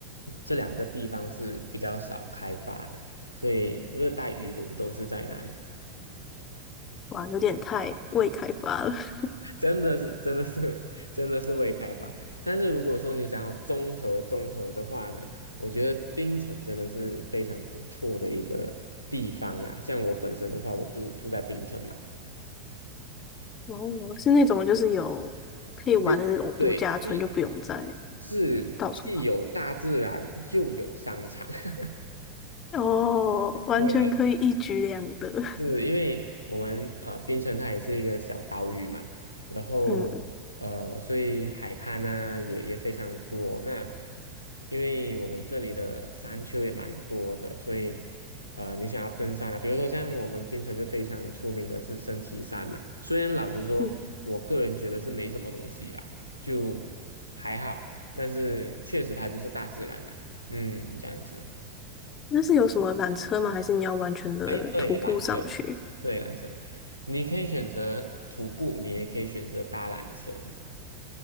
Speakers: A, on the left; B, on the left.
A: 这两个地方是比较少开发的，所以热带雨林都是在那里。
B: 哇，有点太未开发了。<laughs>
A: 真的是，真的是，<laughs> 真的是未开发。但是如果说你想要综合综合的话呢，我觉得槟城真的是非常不错的一个地方啊。像我本身的话，我就住在槟城嘛，
B: 哦，是那种就是有可以玩的那种度假村，
A: 你就对，既
B: 就不用再
A: 是既有大自然，
B: 到处跑。
A: 又有商场。<laughs>
B: 哦，完全可以一举两得。
A: 对，
B: <laughs>
A: 是因为我们呃，槟城它也是一个小岛屿嘛，然后呃，
B: 嗯
A: 所以海滩呢、也也非常多。那因为我们这里的山丘也蛮多的，所以呃，你想要登山啊，比如说像我们槟城就非常出名的是升旗山嘛。虽然老实说，
B: 嗯，
A: 我个人觉得是没什么东西啦，就还好，但是确实它就是大自然嘛，嗯，这样子。
B: 那是有什么缆车吗？还是你要完全的徒步上去？
A: 哎，对，缆车，对，缆车，你可以选择徒步，你也可以选择搭缆车。